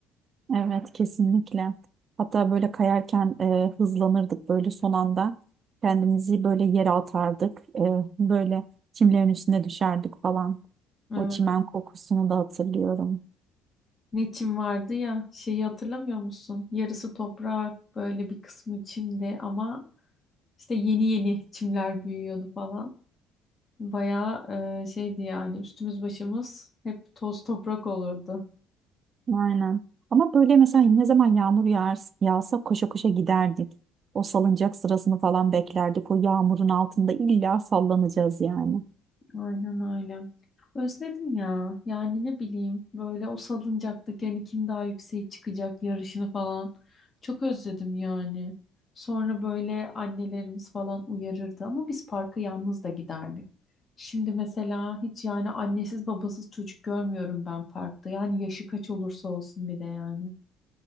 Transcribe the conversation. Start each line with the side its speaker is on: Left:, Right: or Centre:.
Right: Evet kesinlikle. Hatta böyle kayarken e, hızlanırdık böyle son anda kendimizi böyle yere atardık E, böyle çimlerin üstüne düşerdik falan.
Left: Evet.
Right: O çimen kokusunu da hatırlıyorum.
Left: Ne çim vardı ya şeyi hatırlamıyor musun? Yarısı toprak böyle bir kısmı çimdi ama işte yeni yeni çimler büyüyordu falan. Bayağı e, şeydi yani üstümüz başımız hep toz toprak olurdu.
Right: Aynen. Ama böyle mesela ne zaman yağmur yağar, yağsa koşa koşa giderdik. O salıncak sırasını falan beklerdik. O yağmurun altında illa sallanacağız yani.
Left: Aynen öyle. Özledim ya. Yani ne bileyim böyle o salıncaktaki hani kim daha yükseğe çıkacak yarışını falan. Çok özledim yani. Sonra böyle annelerimiz falan uyarırdı ama biz parka yalnız da giderdik. Şimdi mesela hiç yani annesiz babasız çocuk görmüyorum ben parkta. Yani yaşı kaç olursa olsun bir de yani.